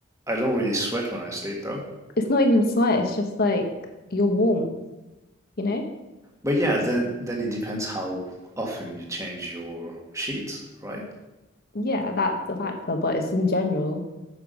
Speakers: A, on the right; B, on the left.
A: I don't really sweat when I sleep though.
B: It's not even sweat, it's just like your warmth, you know?
A: But yeah, then then it depends how often you change your sheets, right?
B: Yeah, that's a factor, but it's in general,